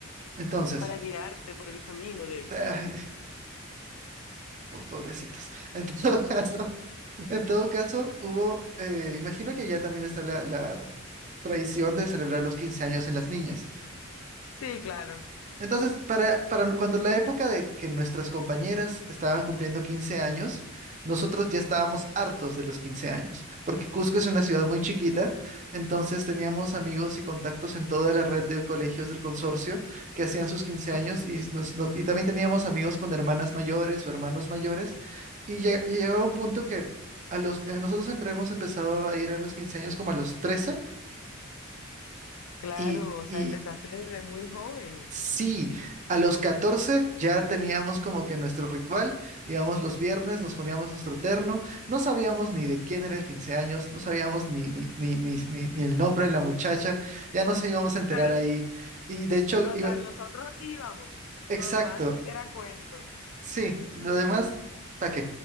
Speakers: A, on the right; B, on the left.
A: Entonces,
B: Para guiarte por el camino del
A: ay,
B: bien.
A: oh, pobrecitos. En todo <laughs> caso, En todo caso, hubo, eh, imagino que ya también está la, la tradición de celebrar los 15 años en las niñas.
B: Sí, claro.
A: Entonces, para, para cuando la época de que nuestras compañeras estaban cumpliendo 15 años, nosotros ya estábamos hartos de los 15 años, porque Cusco es una ciudad muy chiquita, entonces teníamos amigos y contactos en toda la red de colegios del consorcio que hacían sus quince
B: Ok,
A: años y, nos- nos- y también teníamos amigos con hermanas mayores o hermanos mayores y, lleg- y llegaba un punto que a los, eh, nosotros siempre hemos empezado a ir a los 15 años como a los 13
B: claro,
A: y...
B: o sea,
A: y
B: empezaste desde muy joven.
A: Sí, a los 14 ya teníamos como que nuestro ritual, íbamos los viernes, nos poníamos nuestro terno, no sabíamos ni de quién era el 15 años, no sabíamos ni, ni, ni, ni, ni- ni el nombre de la muchacha, ya nos íbamos a enterar
B: Pero,
A: ahí. Y de hecho,
B: total,
A: iba-
B: nosotros íbamos.
A: exacto,
B: Lo demás era cuento.
A: sí, lo demás, ¿para